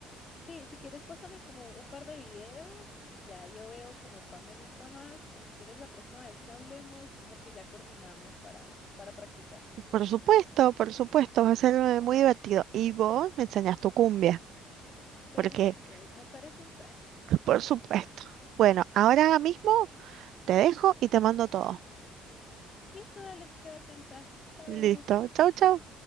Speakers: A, on the left; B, on the right.
A: Sí, si quieres, pásame como un par de videos y ya yo veo como cuál me gusta más. Y si quieres, la próxima vez que hablemos, como que ya coordinamos para, para practicar.
B: Por supuesto, por supuesto, va a ser eh, muy divertido. Y vos me enseñas tu cumbia,
A: Perfecto,
B: porque
A: me parece un trato.
B: Por supuesto. Bueno, ahora mismo te dejo y te mando todo.
A: Listo, dale, queda atenta. Chao.
B: Listo. Chau, chau.